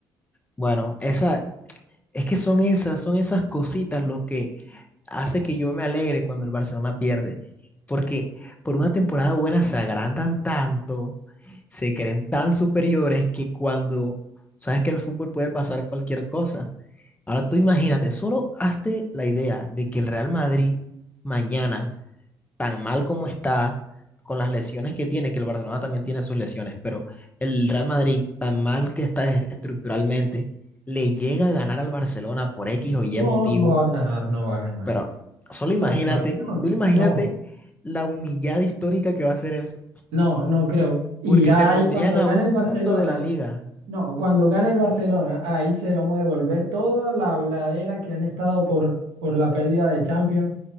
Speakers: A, on the left; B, on the right.
A: Bueno, esa, es que son esas, son esas cositas lo que hace que yo me alegre cuando el Barcelona pierde, porque por una temporada buena se agrandan tanto, se creen tan superiores que cuando sabes que el fútbol puede pasar cualquier cosa. Ahora tú imagínate, solo hazte la idea de que el Real Madrid mañana, tan mal como está, con las lesiones que tiene, que el Barcelona también tiene sus lesiones, pero el Real Madrid, tan mal que está es- estructuralmente, le llega a ganar al Barcelona por X o Y
B: No,
A: motivo
B: no va a ganar, no va a ganar.
A: pero solo imagínate,
B: Está muy mal. No, no,
A: solo imagínate
B: no.
A: la humillada histórica que va a ser eso,
B: No, no creo. Y
A: porque
B: ya
A: se pondrían
B: ahí cuando
A: a
B: gane
A: un
B: el
A: punto
B: Barcelona,
A: de la liga.
B: no, cuando gane el Barcelona, ahí se vamos a devolver toda la habladera que han estado por, por la pérdida de Champions,